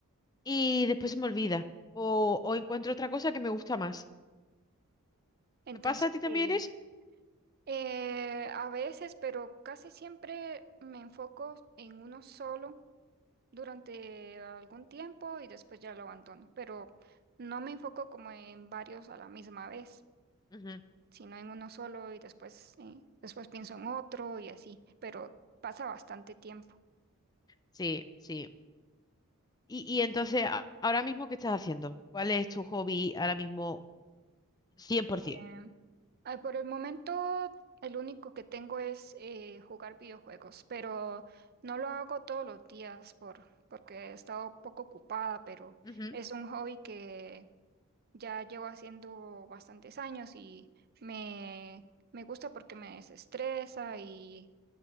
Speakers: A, on the left (about 15°); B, on the right (about 45°).
A: y después se me olvida. O, o encuentro otra cosa que me gusta más.
B: Entonces,
A: ¿Te pasa a ti también
B: eh,
A: eso?
B: eh, a veces, pero casi siempre me enfoco en uno solo durante algún tiempo y después ya lo abandono, pero no me enfoco como en varios a la misma vez,
A: Ujú,
B: sino en uno solo y después, eh, después pienso en otro y así, pero pasa bastante tiempo.
A: Sí, sí. Y, y entonces, a- ahora mismo, ¿qué estás haciendo? ¿Cuál es tu hobby ahora mismo 100%?
B: Em, ay, por el momento, el único que tengo es eh, jugar videojuegos, pero no lo hago todos los días por, porque he estado poco ocupada, pero
A: Ujú,
B: es un hobby que ya llevo haciendo bastantes años y me, me gusta porque me desestresa y,